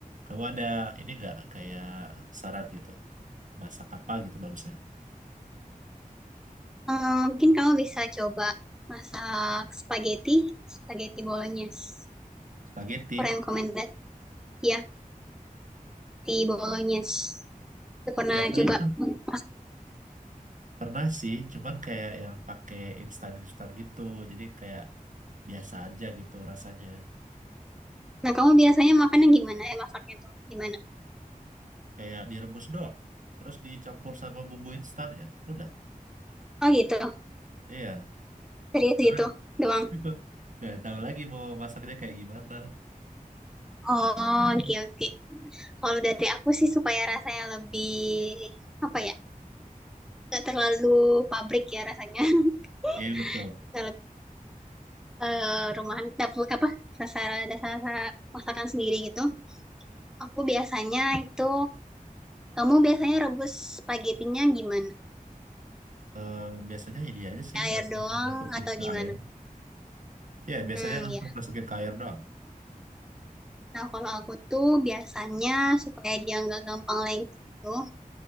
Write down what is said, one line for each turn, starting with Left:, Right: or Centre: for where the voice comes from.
Right: kamu ada ini nggak kayak saran gitu, masak apa gitu bagusnya?
Centre: Eh, mungkin kamu bisa coba masak spaghetti, spaghetti bolognese.
Right: Spaghetti,
Centre: Rekomendasi, ya, di bolognese. Aku pernah
Right: diapain
Centre: coba masak.
Right: Pernah sih, cuman kayak yang pakai instan-instan gitu. Jadi kayak biasa aja gitu rasanya.
Centre: Nah, kamu biasanya makannya gimana? Eh, masaknya tuh gimana?
Right: Kayak direbus doang. Terus dicampur sama bumbu instan ya. Udah.
Centre: Oh gitu,
Right: Iya.
Centre: serius
Right: Karena
Centre: gitu doang.
Right: <laughs> nggak tahu lagi mau masaknya kayak gimana.
Centre: Oh, oke oke. Kalau dari aku sih supaya rasanya lebih, apa ya, gak terlalu pabrik ya rasanya. <laughs>
Right: Iya betul.
Centre: Bisa eh rumahan dapur apa dasar dasar masakan sendiri gitu. Aku biasanya itu kamu biasanya rebus spagetinya gimana?
Right: Eh, biasanya ini aja sih
Centre: Air
Right: langsung
Centre: doang
Right: dimasukin
Centre: atau
Right: ke
Centre: gimana?
Right: air. Ya biasanya
Centre: Hmm
Right: langsung
Centre: ya.
Right: masukin ke air doang.
Centre: Nah kalau aku tuh biasanya supaya dia nggak gampang lengket gitu,